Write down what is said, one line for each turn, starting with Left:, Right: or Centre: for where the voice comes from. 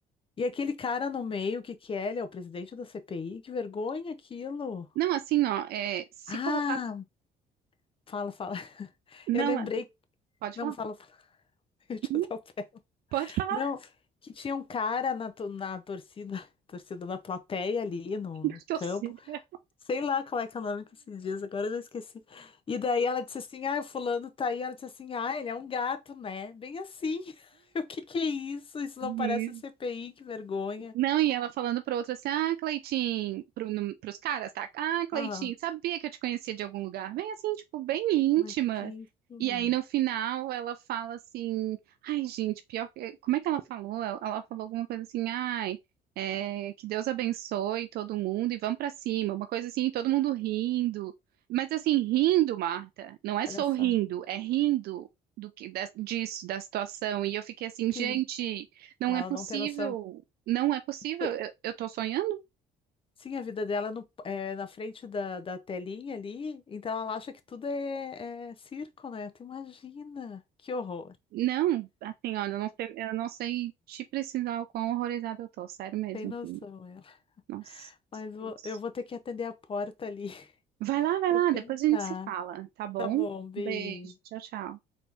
Left: E aquele cara no meio, o que que é? Ele é o presidente da CPI? Que vergonha aquilo.
Right: Não, assim, ó, é, se
Left: Ah,
Right: colocar.
Left: fala, fala. <laughs>
Right: Não,
Left: Eu lembrei.
Right: é- pode
Left: Não,
Right: falar?
Left: fala, fala. <laughs> Eu te
Right: Não,
Left: atropelo.
Right: Pode falar,
Left: Não, que tinha um cara na, to- na torcida, <laughs> torcida da plateia ali no,
Right: <laughs>
Left: no
Right: torcida.
Left: campo. Sei lá qual é que é o nome que se diz, agora eu já esqueci. E daí ela disse assim: ah, o fulano tá aí. Ela disse assim: ah, ele é um gato, né? Bem assim. <laughs> O que que é isso? Isso não
Right: Jesus.
Left: parece CPI, que vergonha.
Right: Não, e ela falando para outro assim, ah, Cleitinho, pro, no, pros caras, tá? Ah, Cleitinho,
Left: Aham,
Right: sabia que eu te conhecia de algum lugar? Bem assim, tipo, bem íntima.
Left: mas que isso?
Right: E aí no final ela fala assim, ai, gente, pior que. Como é que ela falou? Ela, ela falou alguma coisa assim, ai, é, que Deus abençoe todo mundo e vamos pra cima. Uma coisa assim, todo mundo rindo. Mas assim, rindo, Marta, não é
Left: Palhaçada.
Right: sorrindo, é rindo do que da- disso, da situação. E eu fiquei assim, gente.
Left: Sim,
Right: Não
Left: ela
Right: é possível,
Left: não tem noção.
Right: não é possível.
Left: Por-
Right: Eu, eu tô sonhando?
Left: Sim, a vida dela no- é na frente da, da telinha ali, então ela acha que tudo é, é circo, né? Tu imagina, que horror.
Right: Não, assim, olha, eu não sei, eu não sei te precisar o quão horrorizada eu tô, sério mesmo,
Left: Tem noção
Right: assim.
Left: ela.
Right: Nossa,
Left: Mas vou-
Right: Deus.
Left: eu vou ter que atender a porta ali. <laughs>
Right: vai lá, vai
Left: Eu
Right: lá,
Left: quero.
Right: depois a gente
Left: Tá.
Right: se fala, tá bom?
Left: Tá bom, Bi.
Right: Beijo, tchau, tchau.